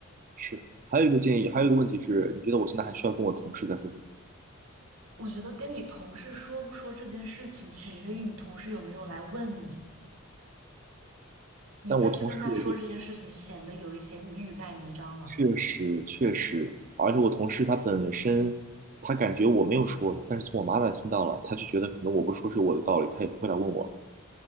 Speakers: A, on the right; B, on the right.
A: 是。还有一个建议，还有一个问题是，你觉得我现在还需要跟我同事再说什么？
B: 我觉得跟你同事说不说这件事情，取决于你同事有没有来问你，你再去跟他说这件事情，
A: 但我同事我就
B: 显得有一些欲盖弥彰了。
A: 确实确实，而且我同事他本身他感觉我没有说，但是从我妈那听到了，他就觉得可能我不说是有我的道理，他也不会来问我。